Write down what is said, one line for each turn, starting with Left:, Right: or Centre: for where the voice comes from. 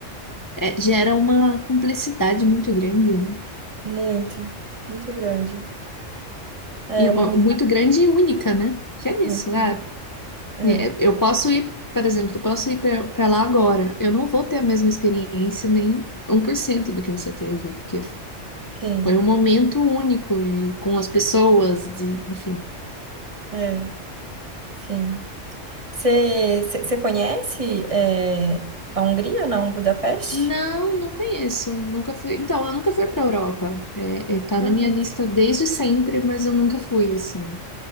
Left: É, gera uma cumplicidade muito grande, né?
Right: Muito, muito grande. É
Left: E,
Right: uma
Left: ó,
Right: amizade
Left: muito grande e única, né? Porque é
Right: muito.
Left: isso, ah,
Right: É,
Left: É, Eu posso ir, por exemplo, eu posso ir para lá agora. Eu não vou ter a mesma experiência, nem um por cento do que você teve, porque
Right: sim,
Left: foi um momento único e com as pessoas, de, enfim.
Right: é, sim. Você conhece é, a Hungria, não? Budapeste?
Left: Não, não conheço. Nunca fui. Então, eu nunca fui para Europa. É, é, tá
Right: Ah,
Left: na minha lista desde sempre, mas eu nunca fui, assim.